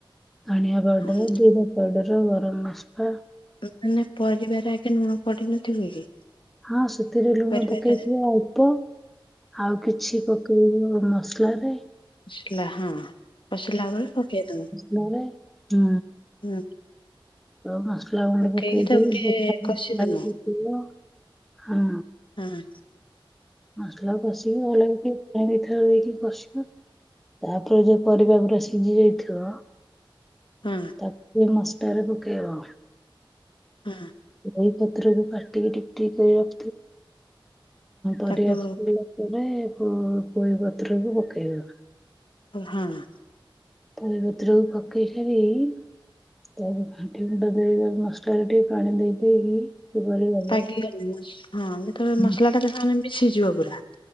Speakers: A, in the centre; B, on the left.
A: ଧଣିଆ ପାଉଡର
B: ହଁ
A: ଜିର ପାଉଡର ଗରମ ମସଲା।
B: ମାନେ ପରିବା ରେ ଆଗେ ଲୁଣ ପଡି ନଥିବ କି।
A: ହଁ ସେଥିରେ ଲୁଣ
B: ପରିବାଟା
A: ପକେଇଥିବ ଅଳ୍ପ। ଆଉ କିଛି ପକେଇବ ମସଲାରେ।
B: କସିଲା ହଁ କସିଲା ବେଳେ ପକେଇ ଦେବୁ।
A: ନରେ ହୁଁ।
B: ହୁଁ।
A: ମସଲା ଗୁଣ୍ଡ
B: ପକେଇକି
A: ପକାଇ
B: ତାକୁ
A: ଦେବୁ
B: ଟିକେ
A: ଗୋଟା ମସଲା
B: କଷିଦବ
A: ଯଦି ଥିବ‌ ହଁ।
B: ହୁଁ।
A: ମସଲା କୁ କସିବୁ ଭଲ କି। ପାଣି ଢାଳି ଦେଇକି କସିବୁ ତାପରେ ଯୋଉ ପରିବା ଗୁଡ଼ା ସିଝି ଯାଇଥିବ।
B: ହଁ।
A: ତାକୁ ମସଲା ରେ ପକେଇବ।
B: ହୁଁ।
A: ଦହି ପତ୍ରକୁ କାଟିକି ଟିକଟିକ କରି
B: ତାକୁ
A: ରଖିଥିବ ଆଉ ପରିବାକୁ। ଏବେ ପୋ ପୋଇ ପତ୍ରକୁ ପକେଇଦବ।
B: <unintelligible>
A: ପୋଇ ପତ୍ର‌କୁ ପକେଇ ସାରିକି ତାକୁ ଘାଣ୍ଟି ଘୁଣ୍ଟା ଦେଇ ମସଲାରେ ଟିକେ ପାଣି ଦେଇ ଦେଇକି ସେ ପରିବାରେ
B: ପାଗି ଗନେ ହଁ ଯେତେବେଳେ
A: ହୁଁ
B: ମସଲାଟା ମିଶିଯିବ ପୁରା।